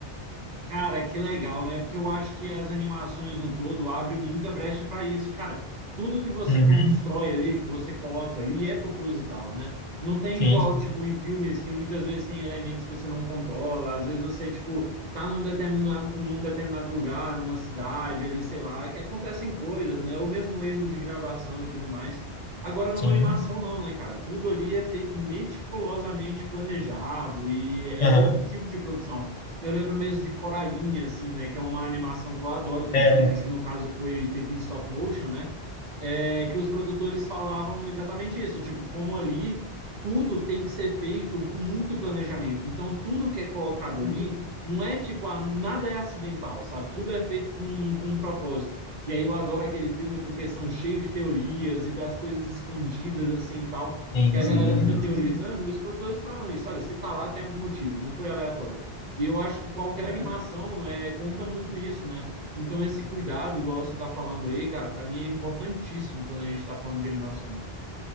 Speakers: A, on the right; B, on the left.
A: Cara, que legal, né? Porque eu acho que as animações no todo abrem muita brecha para isso. Cara, tudo que você
B: Uhum,
A: constrói ali, que você coloca ali, é proposital, né? Não tem
B: sim,
A: igual, tipo, em filmes que muitas vezes tem elementos que você não controla, às vezes você, tipo, tá num determinado, num determinado lugar, numa cidade ali, sei lá, que acontecem coisas, né? Ou mesmo erros de gravação e tudo mais. Agora, não
B: sim.
A: animação, não, né, cara? Tudo ali é feito meticulosamente planejado e é
B: Aham.
A: outro tipo de produção. Eu lembro mesmo de Coraline, assim, né? Que é uma animação que eu adoro também,
B: É,
A: mas que no caso foi feita em stop motion, né? é, que os produtores falavam exatamente isso, tipo, como ali tudo tem que ser feito com muito planejamento. Então, tudo que é colocado ali não é tipo, ah, nada é acidental, sabe? Tudo é feito com, com um propósito. E aí eu adoro aquele filme porque são cheios de teorias e das coisas escondidas assim e tal,
B: sim,
A: que a
B: sim.
A: galera fica
B: Nossa.
A: teorizando e os produtores falam isso, olha, se tá lá tem algum motivo, não foi aleatório. E eu acho que qualquer animação é, conta muito isso, né? Então, esse cuidado, igual você está falando aí, cara, para mim é importantíssimo quando a gente está falando de animações.